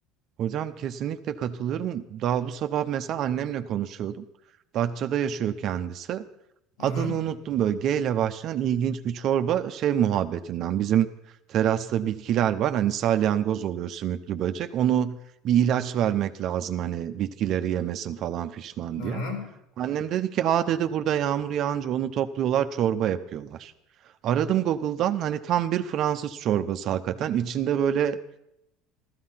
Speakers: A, on the right (about 50°); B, on the left (about 80°).
A: Hocam kesinlikle katılıyorum. Daha bu sabah mesela annemle konuşuyordum. Datça'da yaşıyor kendisi.
B: Hı
A: Adını
B: hı.
A: unuttum böyle G ile başlayan ilginç bir çorba şey muhabbetinden. Bizim terasta bitkiler var. Hani salyangoz oluyor sümüklü böcek. Onu bir ilaç vermek lazım hani bitkileri yemesin falan fişman
B: Hı
A: diye.
B: hı.
A: Annem dedi ki aa dedi burada yağmur yağınca onu topluyorlar çorba yapıyorlar. Aradım Google'dan hani tam bir Fransız çorbası hakikaten. İçinde böyle